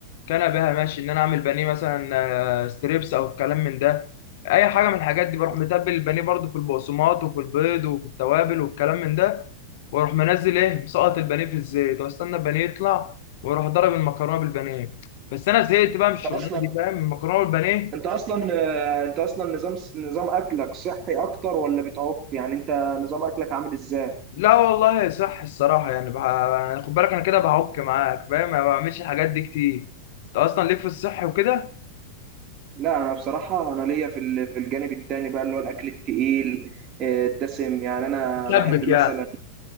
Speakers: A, on the left; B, on the right.
A: كان بها ماشي ان انا اعمل بانيه مثلا آه، ستريبس او الكلام من ده اي حاجه من الحاجات دي بروح متبل البانيه برضو في البقسماط وفي البيض وفي التوابل والكلام من ده واروح منزل ايه مسقط البانيه في الزيت واستنى البانيه يطلع واروح ضرب المكرونه بالبانيه بس انا زهقت بقى من الشغلانه
B: انت اصلا
A: دي فاهم المكرونه بالبانيه
B: انت اصلا آه، انت اصلا نظام نظام اكلك صحي اكتر ولا بتعك يعني انت نظام اكلك عامل ازاي
A: لا والله صح الصراحه يعني بقى... يعني خد بالك انا كده بعك معاك فاهم ما بعملش الحاجات دي كتير انت اصلا ليك في الصح وكده
B: لا انا بصراحه انا ليا في ال- في الجانب التاني بقى اللي هو الاكل التقيل آه، الدسم يعني انا
A: شبك
B: بحب مثلا
A: يعني